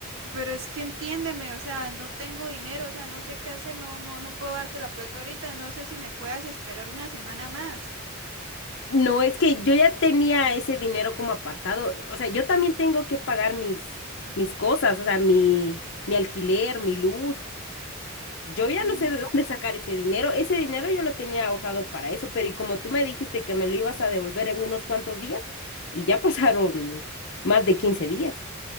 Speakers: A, on the right; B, on the left.
A: Pero es que entiéndeme, o sea, no tengo dinero, o sea, no sé qué hacer, no, no, no puedo darte la plata ahorita, no sé si me puedas esperar una semana más.
B: No, es que yo ya tenía ese dinero como apartado, o sea, yo también tengo que pagar mis, mis cosas, o sea, mi, mi alquiler, mi luz. Yo ya
A: Mm,
B: no sé de dónde sacar ese dinero. Ese dinero yo lo tenía ahorrado para eso, pero y como tú me dijiste que me lo ibas a devolver en unos cuantos días, y ya pasaron más de 15 días.